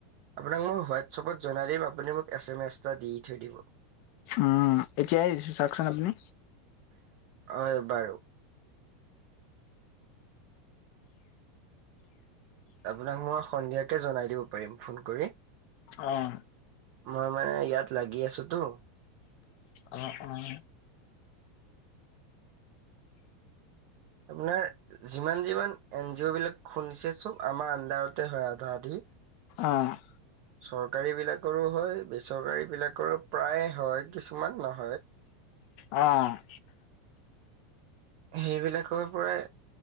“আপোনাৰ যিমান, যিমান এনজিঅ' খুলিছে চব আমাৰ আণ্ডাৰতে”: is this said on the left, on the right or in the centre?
Right